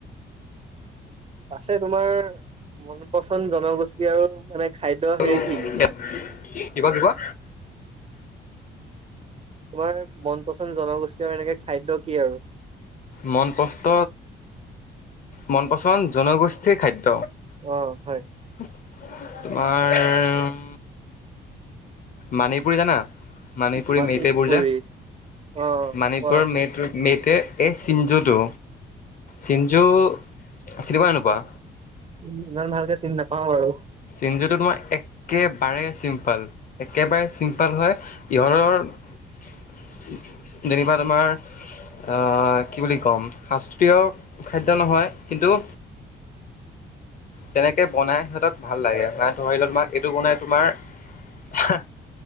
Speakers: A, on the right; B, on the left.
A: আছে তোমাৰ মন পচন্দ জনগোষ্ঠী আৰু মানে খাদ্য
B: <unintelligible>
A: হেৰি কি
B: কি কোৱা? কি কোৱা?
A: তোমাৰ মন পচন্দ জনগোষ্ঠী আৰু এনেকে খাদ্য কি আৰু?
B: মন পস্ত মন পচন্দ জনগোষ্ঠীয়ে খাদ্য।
A: অ', হয়।
B: তোমাৰ মানিপুৰী জানা, মানিপুৰী
A: মানিপুৰি
B: মেইটেবোৰ যে
A: অ
B: মাণিপুৰৰ
A: কোৱা
B: মেইট মেইট এই চিঞ্জুটো, চিঞ্জু চিনি পোৱা নে নোপোৱা?
A: উম, ইমান ভালকে চিনি নাপাওঁ বাৰু।
B: চিঞ্জোটো তোমাৰ একেবাৰে চিম্পল একেবাৰে চিম্পল হয়, ইহঁতৰ যেনিবা তোমাৰ আহ, কি বুলি কম শাস্ত্ৰীয় খাদ্য নহয়, কিন্তু তেনেকে বনাই সিহঁতক ভাল লাগে, মানে ধৰিলওক তোমাক এইটো বনাই তোমাৰ হা